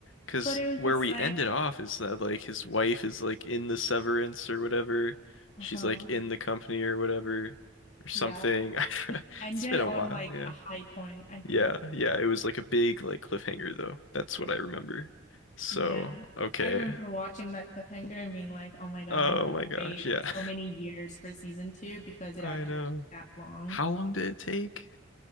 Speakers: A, on the left; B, on the left.
A: 'Cause
B: But it
A: where
B: was just
A: we
B: like,
A: ended off is that like his wife is like in the severance or whatever. She's
B: Uh-huh.
A: like in the company or whatever or something.
B: yeah,
A: <laughs>
B: it ended
A: It's been
B: on
A: a while,
B: like
A: yeah.
B: a high point, I think.
A: Yeah, yeah, it was like a big like cliffhanger though. That's what I remember. So,
B: Yeah.
A: okay.
B: I remember watching that cliffhanger and being like, oh my God,
A: Oh
B: I need to
A: my gosh,
B: wait
A: yeah.
B: so many years for season two because
A: <laughs>
B: it
A: I
B: actually
A: know.
B: took that long.
A: How long did it take